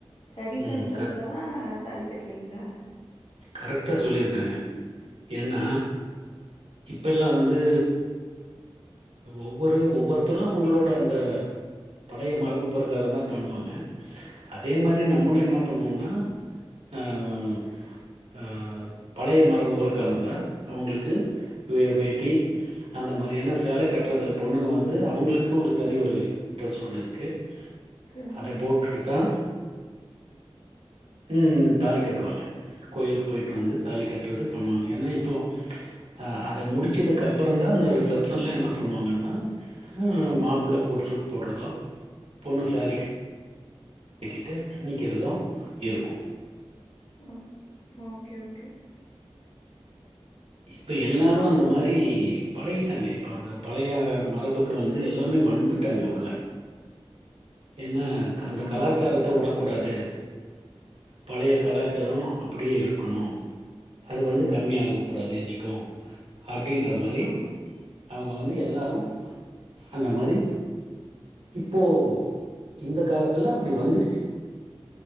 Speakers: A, on the left (about 65°); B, on the right (about 75°).
A: ட்ரெடிஷன்
B: ம்
A: ட்ரெஸ்ல தா தாலி கட்டுவீங்களா
B: கருத்தா சொலிருக்காங்க ஏன்னா இப்பெல்லா வந்து ஒவ்வொரு ஒவ்வொருத்தர்லா அவங்களோட அந்த பழய மரபு பிரக்கார தா பண்ணுவாங்க அதே மாரி நம்மளு என்ன பண்ணுவோன்னா ஆ அ த பழைய மரபு பொருக்கரந்தா அவங்களுக்கு வே வேட்டி அந்த மாரியான சேல கட்றதுல பொண்ணுங்க வந்து அவங்களுக்கு ஒரு தனி ஒரு டிரஸ் ஒன்னு இருக்கு
A: சரி,
B: அத
A: சரி.
B: போடுட்டு தா ம் தாலி கட்டுவாங்க கோயிலுக்கு போய்ட்டு
A: ஓ!
B: வந்து தாலி கட்டுறது பண்ணுவாங்க ஏன்னா இப்போ அ அத முடிச்சதுக்கு அப்றந்தா அந்த ரிசப்ஷன்லா என்ன பண்ணுவாங்கன்னா ம் மாப்பிள்ள கோட் சூட் போடுறதோ பொண்ணு சேரி கட் கட்டிட்டு நிக்கறது இருக்கு
A: ஓ ஓகே ஓகே
B: இப்ப எல்லாரு அந்த மாரி பழகிட்டாங்க இப்ப த பழைய மரபுக்கு வந்து எல்லாமே வந்துட்டாங்க உள்ள ஏனா
A: ஆமாமா.
B: அந்த கலாச்சாரத்த உடக்கூடாது பழய கலாச்சார அப்படியே இருக்கணு அது வந்து கம்மியாக கூடாது என்னைக்கு அப்டின்ற மாரி
A: ஆமா. ஆமா.
B: அவங்க வந்து எல்லாரு அந்த மாரி இப்போ இந்த காலத்ல அப்டி வந்துர்ச்